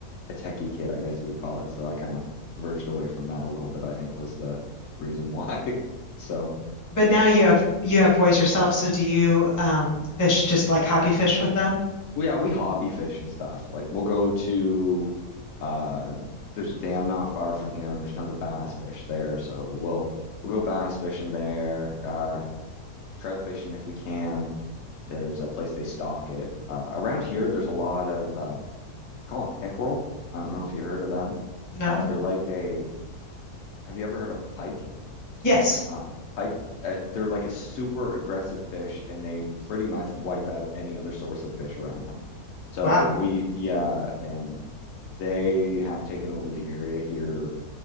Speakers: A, on the left; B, on the left.
A: a techie kid I guess you would call it so I kind of verged away from that a little bit I think was the reason why <laughs> so
B: But now you have you have boys yourself, so do you um, fish just like hobby fish with them?
A: well, yeah we hobby fish and stuff like we'll go to uh there's a dam not far from here and there's tons of bass fish there so we'll we'll go bass fishing there uh trout fishing if we can There's a place they stock it. Uh, around here, there's a lot of uh, we call them pickerel. I don't know if you heard of them.
B: No?
A: Uh, they're like a. Have you ever heard of pike?
B: Yes.
A: Uh, pike. Uh, they're like a super aggressive fish, and they pretty much wipe out any other source of fish around them. So
B: Wow.
A: we, yeah, and they have taken over the area here,